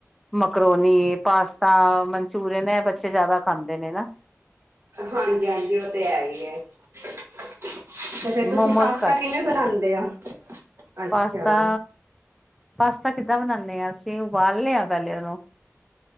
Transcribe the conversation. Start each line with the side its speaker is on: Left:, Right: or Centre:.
Centre: ਮਕਰੋਨੀ, ਪਾਸਤਾ, ਮਨਚੂਰੀਅਨ, ਇਹ ਬੱਚੇ ਜ਼ਿਆਦਾ ਖਾਂਦੇ ਨੇ ਨਾ।
Right: ਹਾਂਜੀ ਹਾਂਜੀ, ਉਹ ਤੇ ਹੈ ਹੀ ਐ। ਅੱਛਾ,
Centre: ਮੋਮੋਸ
Right: ਫੇਰ ਤੁਸੀਂ ਪਾਸਤਾ ਕਿਵੇਂ ਬਣਾਉਂਦੇ ਹੋ? ਅੱਛਾ
Centre: ਪਾਸਤਾ ਪਾਸਤਾ ਕਿੱਦਾਂ ਬਣਾਉਦੇ ਹਾ ਅਸੀਂ ਉਬਾਲ ਲਿਆ ਪਹਿਲੇ ਉਹਨੂੰ।